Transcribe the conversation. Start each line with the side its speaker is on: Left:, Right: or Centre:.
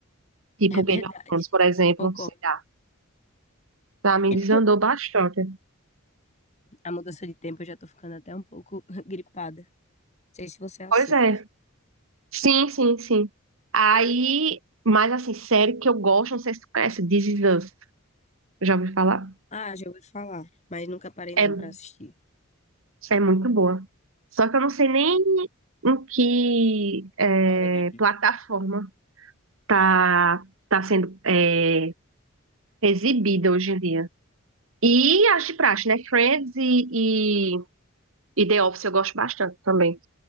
Right: Tipo
Left: <laughs> É
Right: Game
Left: verdade,
Right: of Thrones, por exemplo,
Left: concordo.
Right: sei lá. Pra mim
Left: <laughs>
Right: desandou bastante.
Left: A mudança de tempo eu já tô ficando até um pouco <laughs> gripada. Não sei se você é assim.
Right: Pois é. Sim, sim, sim. Aí, mas assim, série que eu gosto, não sei se tu conhece, This Is Us. Já ouvi falar?
Left: Ah, já ouvi falar, mas nunca parei
Right: É,
Left: não pra assistir.
Right: é muito boa. Só que eu não sei nem em que é,
Left: Ah, é, vim aqui.
Right: plataforma tá, tá sendo é, exibida hoje em dia. E as de praxe, né? Friends e, e, e The Office eu gosto bastante também.